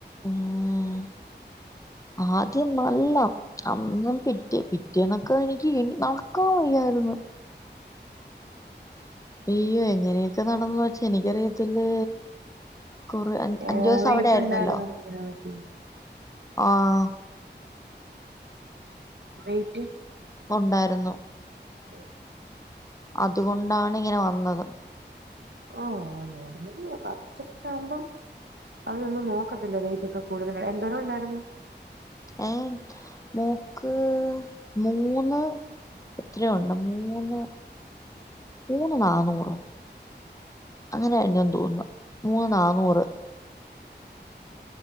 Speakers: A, on the left (about 20°); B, on the right (about 75°).
A: മ്മ് ആദ്യം നല്ല അന്നും പിറ്റേ പിറ്റേന്നൊക്കെ എനിക്ക് നടക്കാൻ വയ്യായിരുന്നു അയ്യോ എങ്ങനെയൊക്കെ നടന്ന് വെച്ചാ എനിക്കറിയത്തില്ലെ കുറെ
B: ഏ
A: അഞ്ചു ദിവസം
B: വെയിറ്റ്
A: അവിടെ ആയിരുന്നല്ലോ
B: ഉണ്ടായിരുന്നോ കുഞ്ഞാവയ്ക്ക്
A: ആഹ്
B: വെയിറ്റ്
A: ഉണ്ടായിരുന്നു
B: <unintelligible>
A: അതുകൊണ്ടാണ് ഇങ്ങനെ വന്നത്
B: ആഹ് നോർമ്മല് ഫസ്റ്റ് ഒക്കെ ആവുമ്പം അതിനൊന്നും നോക്കത്തില്ല വെയിറ്റ് ഒക്കെ കൂടുതല എന്തോരം ഉണ്ടായിരുന്നു
A: ഏഹ് മോക്ക് മൂന്ന് എത്രയോ യുണ്ട് മൂന്ന് മൂന്ന് നാന്നൂറോ അങ്ങനെയിരുന്നു എന്തോ തോന്നുന്നു മൂന്ന് നാന്നൂറ്